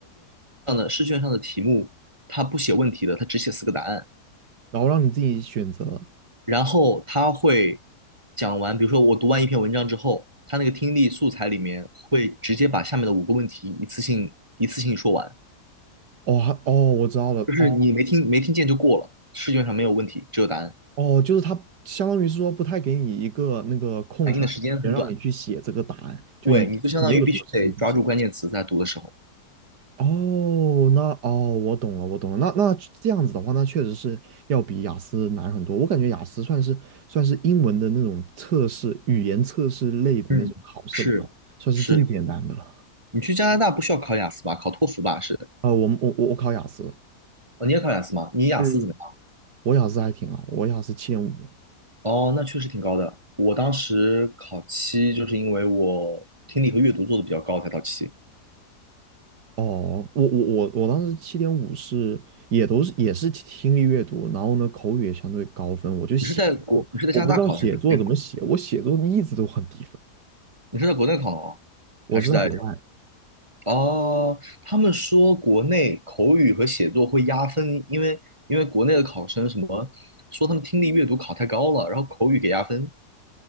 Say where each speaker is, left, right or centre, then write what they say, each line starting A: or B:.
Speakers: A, on the right; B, on the right.
A: 这样的试卷上的题目，他不写问题的，他只写四个答案。
B: 然后让你自己选择。
A: 然后他会讲完，比如说我读完一篇文章之后，他那个听力素材里面会直接把下面的五个问题一次性一次性说完，
B: 哦，还哦，我知道了。
A: 就是你没听没听见就过了，
B: 哦
A: 试卷上没有问题，只有答案。
B: 哦，就是他相当于是说不太给你一个那个空出来的时间让你去写这个答案，
A: 反应的时间很短。
B: 就你没有什么时间去写。
A: 对，你就相当于必须得抓住关键词在读的时候。
B: 哦，那哦，我懂了，我懂了。那那这样子的话，那确实是要比雅思难很多。我感觉雅思算是算是英文的那种测试，语言测试类的那种考试里头，
A: 嗯，是是，
B: 算是最简单的了。
A: 你去加拿大不需要考雅思吧？考托福吧？是
B: 啊、我们我我我考雅思，
A: 哦，你也考雅思吗？你雅思怎么样？
B: 嗯，我雅思还挺好，我雅思七点五。
A: 哦，那确实挺高的。我当时考七，就是因为我听力和阅读做的比较高才到七。
B: 哦，我我我我当时七点五是也都是也是听力阅读，然后呢口语也相对高分，我就写作，
A: 你是在国，你是在加拿大考的还是在国内考？
B: 我不知道写作怎么写，我写作一直都很低分，
A: 你是在国内考的吗？
B: 我是在国外，
A: 还是在？哦，他们说国内口语和写作会压分，因为因为国内的考生什么说他们听力阅读考太高了，然后口语给压分。